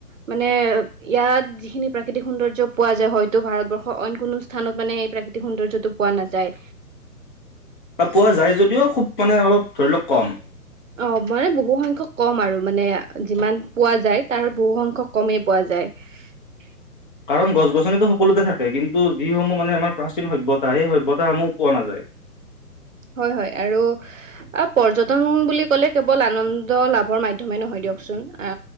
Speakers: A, on the right (about 55°); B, on the left (about 35°).
A: মানে ইয়াত যিখিনি প্ৰাকৃতিক সৌন্দৰ্য পোৱা যায় হয়তো ভাৰতবৰ্ষৰ অইন কোনো স্থানত মানে এই প্ৰাকৃতিক সৌন্দৰ্যটো পোৱা নাযায়।
B: পোৱা যায় যদিও খুব মানে অলপ ধৰি লওক কম।
A: অ', মানে বহু সংখ্যক কম আৰু মানে যিমান পোৱা যায়, তাৰ বহু সংখ্যক কমেই পোৱা যায়। <unintelligible>
B: কাৰণ গছ গছনিটো সকলোতে থাকে কিন্তু যিসমূহ মানে আমাৰ প্ৰাচীন সভ্যতা, সেই সভ্যতাসমূহ পোৱা নাযায়।
A: হয় হয় আৰু পৰ্যটন বুলি ক'লে কেৱল আনন্দ লাভৰ মাধ্যমেই নহয় দিয়কচোন, আ